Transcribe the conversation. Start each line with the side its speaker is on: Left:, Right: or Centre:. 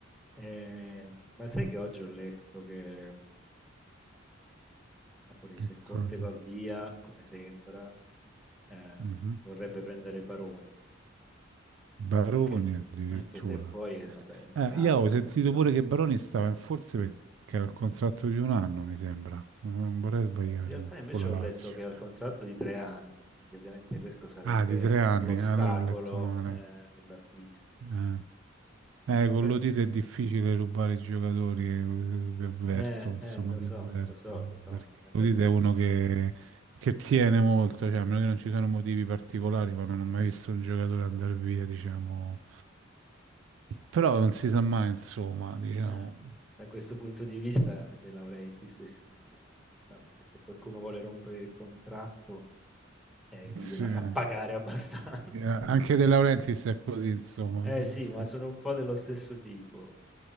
Centre: Ehm, ma sai che oggi ho letto che mh, il Napoli,
Right: Che
Centre: se Conte
Right: cosa?
Centre: va via, come sembra, eh,
Right: Mhm.
Centre: vorrebbe prendere Baroni,
Right: Baroni
Centre: anche,
Right: addirittura.
Centre: anche se poi è, vabbè, è legato
Right: Eh, io ho
Centre: dal
Right: sentito
Centre: contratto.
Right: pure che Baroni stava in forze perché ha il contratto di un anno, mi sembra. Non vorrei sbagliarmi
Centre: Eh, In realtà invece
Right: con la
Centre: ho
Right: Lazio.
Centre: letto che ha il contratto di tre anni, quindi ovviamente questo sarebbe
Right: Ah, di tre anni,
Centre: l'ostacolo
Right: eh, allora ho letto male.
Centre: eh, nell'acquisto.
Right: Eh, Eh, con
Centre: Però,
Right: l'Odite è difficile rubare i giocatori, eh, vi avverto,
Centre: Eh,
Right: insomma,
Centre: eh, lo
Right: vi
Centre: so,
Right: avverto,
Centre: lo so, lo so,
Right: perché
Centre: ma infatti
Right: l'Odite è uno che, che tiene molto, cioè, a meno che non ci siano motivi particolari, ma non ho mai visto un giocatore andare via, diciamo. Però non si sa mai, insomma, diciamo.
Centre: eh, da questo punto di vista eh, De Laurentiis è simile, cioè diciamo che se qualcuno vuole rompere il contratto, eh, lui
Right: Sì.
Centre: gliela fa pagare abbastanza. <laughs>
Right: Eh, Anche De Laurentiis è così, insomma.
Centre: Eh
Right: sì,
Centre: sì,
Right: sì,
Centre: ma sono
Right: sì.
Centre: un po' dello stesso tipo,